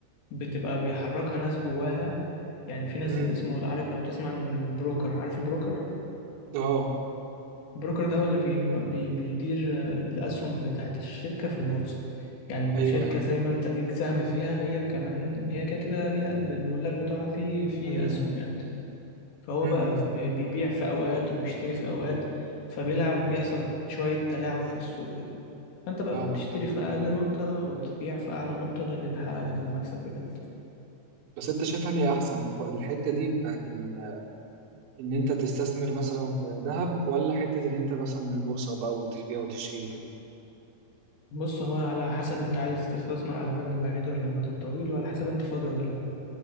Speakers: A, on the left; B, on the right.
A: بتبقى بيحركها ناس جواها يعني في ناس
B: مم.
A: اسمه عارف لو تسمع عن البروكر عارف البروكر
B: اه
A: البروكر ده هو اللي بي بي بيدير آه، الأسهم بتاعت الشركة في البورصة يعني
B: ايوه
A: الشركة
B: ايوه
A: زي ما أنت ليك سهم فيها هي كمان هي كده كده ليها الملاك بتوعها في في
B: مم.
A: أسهم يعني فهو
B: مم.
A: بقى بي- بيبيع في أوقات وبيشتري في أوقات فبيلعب بيحصل شوية تلاعب في السوق كده فأنت بقى
B: فاهمك
A: بتشتري
B: فاهم
A: في أقل نقطة وتبيع في أعلى نقطة ده اللي بيحقق لك المكسب بجد
B: بس انت شايف انهي احسن الحته دي بتاعت ال... ان انت تستثمر مثلا في ذهب ولا حته ان انت مثلا من البورصه بقى وتبيع وتشتري
A: بص هو على حسب أنت عايز تستثمر على المدى البعيد ولا المدى الطويل وعلى حسب أنت فاضي ولا لأ